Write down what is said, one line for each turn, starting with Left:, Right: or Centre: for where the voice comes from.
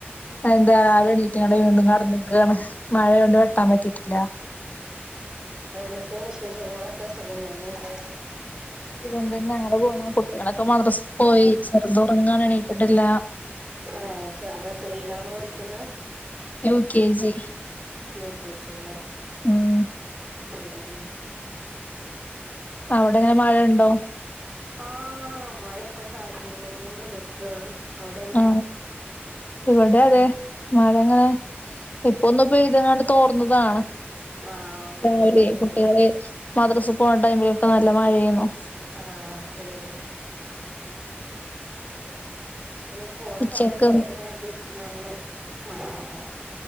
Left: എന്താ രാവിലെ എണീറ്റങ്ങടെ വീണ്ടും കടന്ന്ക്കാണ് മഴയ കൊണ്ടു വെട്ടാൻ പറ്റിയിട്ടില്ല.
Right: എന്തൊക്കെയാ വിശേഷങ്ങളൊക്കെ സുഖം തന്നെ അല്ലെ
Left: ഇതുകൊണ്ട തന്നെ ഞങ്ങള് പോണു കുട്ടികളൊക്കെ മദ്രസ്ക്ക് പോയി ചെറുതുറങ്ങാണ് എണീറ്റിട്ടില്ല.
Right: ഏ ചെറുത് എത്രയിലാണ് പഠിക്കുന്നെ.
Left: U K G
Right: U K G ലെ
Left: ഉം
Right: ഉം.
Left: അവിടെങ്ങനെ മഴ ഉണ്ടോ.
Right: ആ മഴ ഇപ്പ ചാരി ങ്ങോണ്ട് നിക്കാണ് അവിടെ എങ്ങനെ
Left: ആ ഇവിടെ അതെ മഴങ്ങനെ ഇപ്പൊന്നും പെയ്തെങ്ങട് തോർന്നതാ
Right: ആഹ് ഇവിടേം
Left: രാവിലെ
Right: അങ്ങനെ
Left: കുട്ടികളെ
Right: തന്നെ
Left: മദ്രസ് പോകണ ടൈമിലൊക്കെ നല്ല മഴെയേന്നു
Right: ആഹ ശരി <unintelligible> പോണ
Left: ഉച്ചക്ക്
Right: സമയത്ത് ചില നേരത്ത് നല്ല മഴേക്കാരം